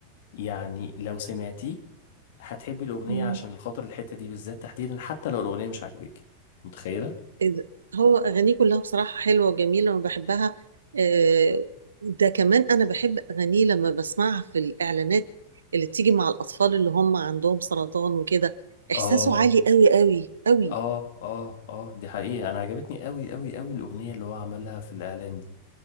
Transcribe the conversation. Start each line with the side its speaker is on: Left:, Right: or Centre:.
Left: يعني لو سمعتيه هتحبي الاغنية
Right: مم.
Left: عشان الخاطر الحتة دي بالذات تحديدا حتى لو الاغنية مش عاجباكي متخيلة
Right: إذ- هو أغانيه كلها بصراحة حلوة وجميلة وبحبها آه، ده كمان أنا بحب أغانيه لما بسمعها في الإعلانات اللي بتيجي مع الأطفال اللي هم عندهم سرطان وكده إحساسه
Left: اه
Right: عالي قوي قوي قوي
Left: اه اه اه دي حقيقة انا عجبتني قوي قوي قوي الاغنية اللي هو عملها في الاعلان دي